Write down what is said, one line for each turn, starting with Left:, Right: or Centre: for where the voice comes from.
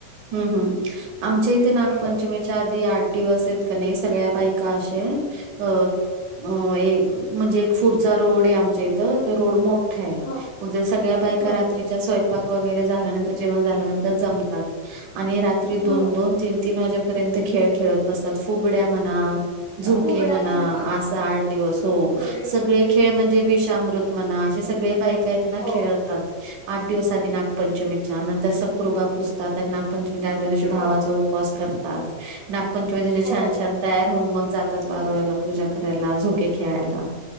Right: हम्म हम्म आमच्या इथे नागपंचमी
Left: ह
Right: च्या आधी आठ दिवस येत का नाही सगळ्या बाईका अशे अ अ ए म्हणजे एक पुढचा रोड आहे आमच्या इथं त रोड मो ठा आहे
Left: ह
Right: म्हणजे सगळ्या बायका
Left: ह
Right: रात्रीच्या स्वयंपाक वगैरे झाल्यानंतर जेवण झाल्यानंतर जमतात आणि रात्री दोन-दोन,
Left: ह
Right: तीन-तीन वाजेपर्यंत खेळ खेळत बसतात फुगड्या म्हणा झोके
Left: फुगड्या
Right: म्हणा
Left: झिम्मा
Right: असा आठ दिवस हो.
Left: हम्म हम्म
Right: सगळे
Left: हम्म
Right: खेळ म्हणजे विषामृतमना असे सगळे बायका येत ना
Left: हो
Right: खेळतात. आठ दिवस आधी नागपंचमीच्या नंतर सक्रूबा पुजतात त्या नागपंचमी आदले दिवशी भावाचं
Left: हो
Right: उपवास करतात नागपंचमीच जे
Left: हो
Right: छान-छान तयार होऊन मग जातात वारूळ्याला पूजा करायला झोके खेळायला.